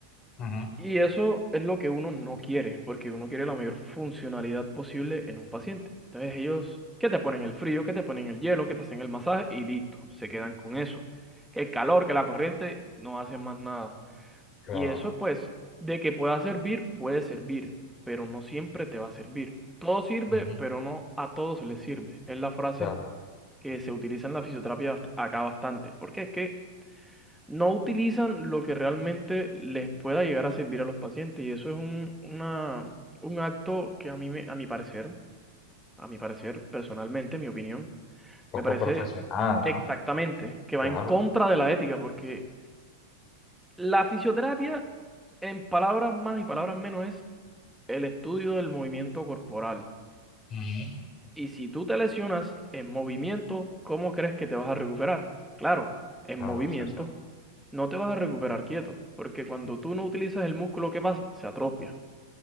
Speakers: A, on the left (about 35°); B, in the centre.
A: ujú,
B: Y eso es lo que uno no quiere, porque uno quiere la mayor funcionalidad posible en un paciente. Entonces ellos, que te ponen el frío, que te ponen el hielo, que te hacen el masaje y listo, se quedan con eso. Que el calor, que la corriente, no hacen más nada.
A: Claro,
B: Y eso pues, de que pueda servir, puede servir, pero no siempre te va a servir. Todo sirve,
A: ujú,
B: pero no a todos les sirve. Es la frase
A: claro.
B: que se utiliza en la fisioterapia bast- acá bastante, porque es que no utilizan lo que realmente les pueda llegar a servir a los pacientes y eso es un, una- un acto que a mí, me- a mi parecer, a mi parecer, personalmente, mi opinión,
A: Poco
B: me parece
A: profesional, ¿no?
B: exactamente que
A: Claro,
B: va en contra de la ética, porque la fisioterapia, en palabras más y palabras menos, es el estudio del movimiento corporal.
A: ujú,
B: Y si tú te lesionas en movimiento, ¿cómo crees que te vas a recuperar? Claro, en
A: claro,
B: movimiento.
A: César.
B: no te vas a recuperar quieto, porque cuando tú no utilizas el músculo, ¿qué pasa? Se atrofia.